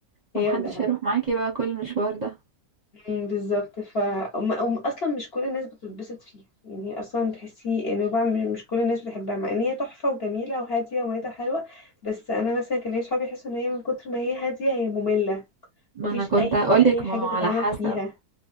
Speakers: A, on the left; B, on the right.
A: هي
B: ما محدش
A: ودهب
B: هيروح معاكي بقى كل المشوار ده
A: امم بالظبط ف وم- وم- اصلا مش كل الناس بتتبسط فيها يعني هي اصلا تحسي نويبع م- مش كل الناس بتحبها مع ان هي تحفه وجميله وهاديه وميتها حلوه بس انا مثلا كان ليا صحابي يحسوا ان هي من كتر ما هي هاديه هي ممله
B: ما
A: مفيش
B: انا كنت
A: اي
B: هقولك
A: اي حاجه
B: ما هو
A: تتعمل
B: على حسب
A: فيها